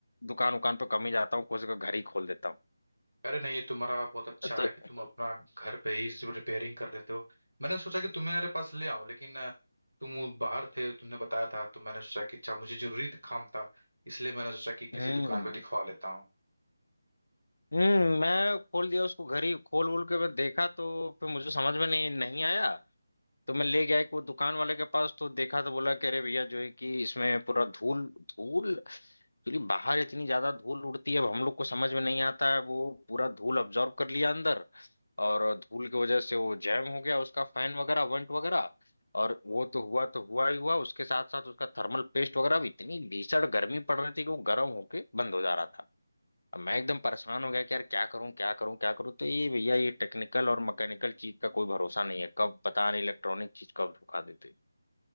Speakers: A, on the left; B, on the right.
A: दुकान उकान पे कम ही जाता हूँ कुछ का घर ही खोल देता हूँ
B: अरे नहीं ये तुम्हारा बहुत अच्छा
A: तो
B: है कि तुम अपना घर पे ही सिर्फ रिपेयरिंग कर लेते हो मैंने सोचा कि तुम्हारे पास ले आऊं लेकिन अ, तुम बाहर थे तुमने बताया था तो मैंने सोचा कि अच्छा मुझे जरूरी काम था इसलिए मैंने सोचा कि किसी
A: हम्म
B: दुकान पे दिखवा लेता हूँ
A: हम्म मैं खोल दिया उसको घर ही खोल वोल के मैं देखा तो फिर मुझे समझ में नहीं नहीं आया तो मैं ले गया एक वो दुकान वाले के पास तो देखा तो बोला कि अरे भैया जो है कि इसमें पूरा धूल धूल एक्चुअली बाहर इतनी ज्यादा धूल उड़ती है अब हम लोग को समझ में नहीं आता है वो पूरा धूल अब्जॉर्ब कर लिया अंदर और धूल की वजह से वो जैम हो गया उसका फैन वगैरह वंट वगैरह और वो तो हुआ तो हुआ ही हुआ उसके साथ साथ उसका थर्मल पेस्ट वगैरह भी इतनी भीषण गर्मी पड़ रही थी कि वो गर्म होके बंद हो जा रहा था अब मैं एकदम परेशान हो गया कि यार क्या करूं क्या करूं क्या करूं तो ये भैया ये टेक्निकल और मैकेनिकल चीज का कोई भरोसा नहीं है कब पता नहीं इलेक्ट्रॉनिक चीज कब धोखा देते